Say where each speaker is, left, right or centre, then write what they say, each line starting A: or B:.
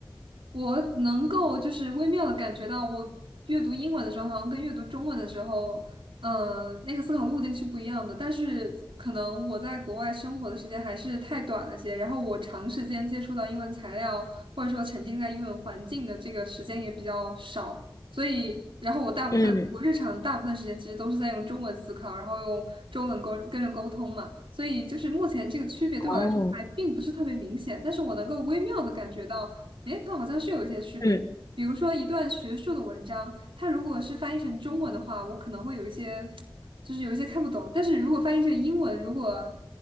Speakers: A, on the right (about 80°); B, on the left (about 40°).
A: 我能够就是微妙的感觉到，我阅读英文的时候，好像跟阅读中文的时候，呃，那个思考路径是不一样的。但是可能我在国外生活的时间还是太短了些，然后我长时间接触到英文材料，或者说沉浸在英文环境的这个时间也比较少，所以，然后我大部分我日常大部分时间其实都是在用中文思考，
B: 嗯，
A: 然后用中文沟跟人沟通嘛。所以就是目前这个区别对我来说还并不是特别明显，
B: 哦，
A: 但是我能够微妙的感觉到。诶，它好像是有一些区别的。
B: 嗯。
A: 比如说，一段学术的文章，它如果是翻译成中文的话，我可能会有一些，就是有一些看不懂。但是如果翻译成英文，如果